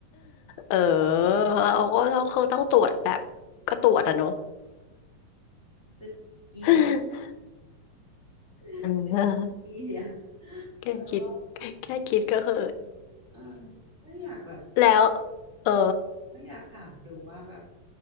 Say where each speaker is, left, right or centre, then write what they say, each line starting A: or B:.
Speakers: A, on the left; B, on the right.
A: เออเขาก็ต้องเขาต้องตรวจแบบก็ตรวจอะเนาะ
B: ตึกกี้
A: <laughs>
B: <laughs>
A: เออ
B: ตึกกี้อะ
A: แค่คิด
B: แล้วว่า
A: แค่คิดก็เหอะ
B: เออก็อยากแบบ
A: แล้วเออ
B: ก็อยากถามดูว่าแบบ